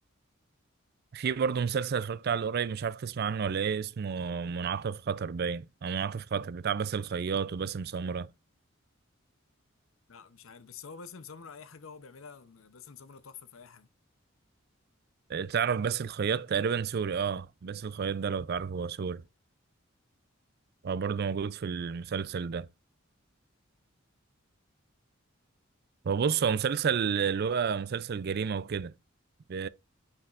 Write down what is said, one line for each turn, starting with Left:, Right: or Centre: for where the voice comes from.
Right: في برضو مسلسل اتفرجت عليه قريب مش عارف تسمع عنه ولا ايه اسمه منعطف خطر باين او منعطف خطر بتاع باسل الخياط وباسم سمرة
Left: لا مش عارف بس هو باسم سمرة أي حاجة هو بيعملها باسم سمرة تحفة في أي حاجة
Right: تعرف باسل الخياط تقريبا سوري اه باسل الخياط ده لو تعرفه هو سوري هو برضو موجود في المسلسل ده هو بص هو مسلسل اللي هو مسلسل جريمة وكده ب...